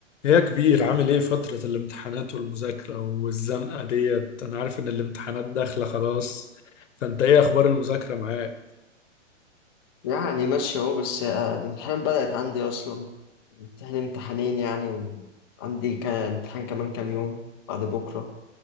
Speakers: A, on the left; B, on the left.
A: إيه يا كبير عامل ايه فترة الامتحانات والمذاكرة والزنقة ديت انا عارف ان الامتحانات داخلة خلاص فانت ايه اخبار المذاكرة معاك
B: يعني ماشي اهو بس آه، الامتحان بدأت عندي أصلا امتحان امتحانين يعني وعندي كان امتحان كمان كام يوم بعد بكرة